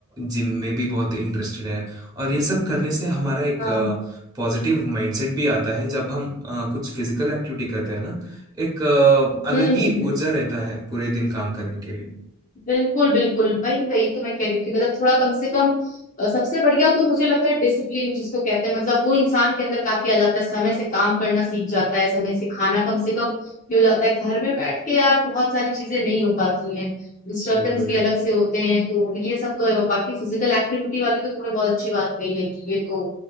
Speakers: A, on the right (about 20°); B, on the left (about 35°).
A: जिम में भी बहुत इंटरेस्टेड हैं और ये सब करने से हमारा एक
B: हाँ
A: पॉजिटिव माइंडसेट भी आता है जब हम अ, कुछ फिजिकल एक्टिविटी करते हैं ना एक अ, अलग
B: हम्म
A: ही
B: हम्म
A: ऊर्जा रहता है पूरे दिन काम करने के लिए
B: बिल्कुल बिल्कुल वही वही तो मैं कह रही थी मतलब थोड़ा कम से कम अ, सबसे बढ़िया तो मुझे लगता है डिसिप्लिन जिसको कहते हैं मतलब वो इंसान के अंदर काफी आ जाता है समय से काम करना सीख जाता है समय से खाना कम से कम ये हो जाता है घर में बैठ के यार बहुत सारी चीजें नहीं हो पाती हैं डिस्टर्बेंस
A: बिल्कुल
B: भी
A: यार
B: अलग से होते हैं तो ये सब तो है। और बाकी फिजिकल एक्टिविटी वाली तो तुमने बहुत अच्छी बात कही है कि ये तो